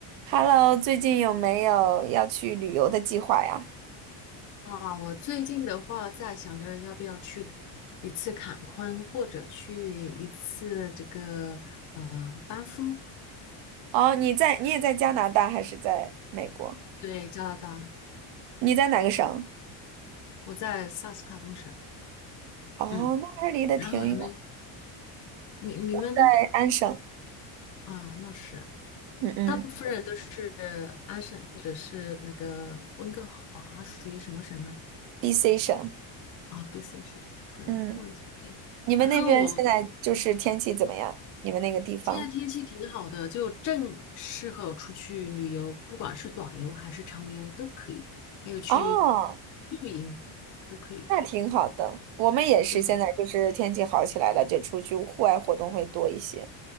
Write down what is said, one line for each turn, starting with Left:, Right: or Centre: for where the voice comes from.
Right: Hello，最近有没有要去旅游的计划呀？
Left: 啊，我最近的话在想着要不要去一次坎昆，或者去一次这个呃班夫，
Right: 哦，你在，你也在加拿大还是在美国？
Left: 对，加拿大，
Right: 你在哪个省？
Left: 我在萨斯卡通省，
Right: 哦，
Left: 嗯，
Right: 那还离得挺远。
Left: 然后还没你你们呢？
Right: 我在安省，
Left: 啊，那是
Right: 嗯嗯
Left: 大部分人都是安省或者是那个温哥华，属于什么省呢？
Right: ，BC 省，
Left: 啊，BC 省，突然忘记对，
Right: 嗯。你们那边现在就是天气怎么样？
Left: 然后我
Right: 你们那个地方？
Left: 现在天气挺好的，就正适合出去旅游，不管是短游还是长游都可以，还有去
Right: 哦，
Left: 露营都可以。
Right: 那挺好的。我们也是现在就是天气好起来了，
Left: 对
Right: 就出去户外活动会多一些。